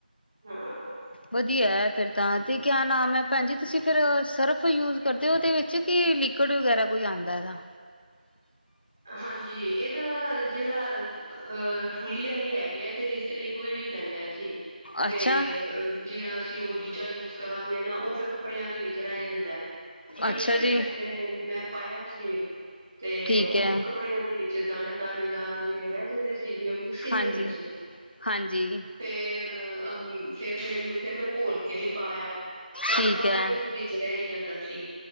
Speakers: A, on the right; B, on the left.
A: ਹਾਂ।
B: ਵਧੀਆ ਫਿਰ ਤਾਂ ਤੇ ਕਿਆ ਨਾਮ ਹੈ ਭੈਣ ਜੀ ਤੁਸੀਂ ਫੇਰ ਸਰਫ ਯੂਜ ਕਰਦੇ ਹੋ ਉਹਦੇ ਵਿੱਚ ਕਿ ਲਿਕੁਡ ਵਗੈਰਾ ਕੋਈ ਆਦਾ ਇਹਦਾ।
A: ਹਾਂਜੀ, ਇਹਦਾ ਜਿਹੜਾ ਅਹ ਫੁਲੀ ਵਾਲੀ ਹੈਗੀ ਇਹਦੇ ਵਿੱਚ ਤੇ ਲਿਕੁਡ ਹੀ ਪੈਂਦਾ ਜੀ। ਤੇ
B: ਅੱਛਾ
A: ਜੇ ਅਸੀਂ ਉਹ ਦੂਜਾ ਯੂਜ ਕਰਾਂਗੇ ਨਾ ਉਹ ਫਿਰ ਕੱਪ ਕੱਪੜਿਆਂ ਦੇ ਵਿੱਚ ਵਿੱਚ ਰਹਿ ਜਾਂਦਾ ਸ਼ੁਰੂ-ਸ਼ੁਰੂ
B: ਅੱਛਾ ਜੀ
A: ਵਿੱਚ ਤੇ ਮੈਂ ਪਾਇਆ ਸੀ ਤੇ
B: ਠੀਕ
A: ਉਹ
B: ਹੈ
A: ਕੱਪੜਿਆਂ ਦੇ ਵਿੱਚ ਦਾਣੇੇ-ਦਾਣੇ ਦਾਰ ਜੇ ਰਹਿ ਜਾਂਦੇ ਸੀ। ਜਿਵੇਂ ਮਿਕਸੀ ਨੀ
B: ਹਾਂਜੀ
A: ਹੁੰਦੀ ਸੀ
B: ਹਾਂਜੀ
A: ਫੇਰ ਫੇਰ ਮੈਨੂੰ ਫਿਰ ਮੈਂ ਘੋਲ ਕੇ ਵੀ ਪਾਇਆ। ਪਰ
B: ਠੀਕ
A: ਉਹ ਤਾਂ
B: ਹੈ
A: ਵੀ ਉਹ ਫਿਰ ਵਿਚ ਰਹਿ ਹੀ ਜਾਂਦਾ ਸੀ। ਜੀ।